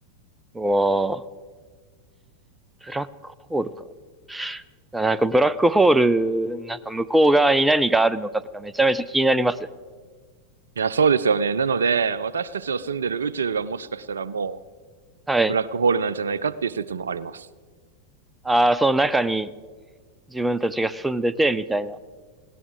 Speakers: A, in the centre; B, on the right.
A: うわあブラックホールか。いやなんかブラックホール、なんか向こう側に何があるのかとかめちゃめちゃ気になりますよね。
B: いや、そうですよね。なので、私たちの住んでる宇宙がもしかしたらもう、
A: はい。
B: ブラックホールなんじゃないかっていう説もあります。
A: ああ、その中に自分たちが住んでて、みたいな。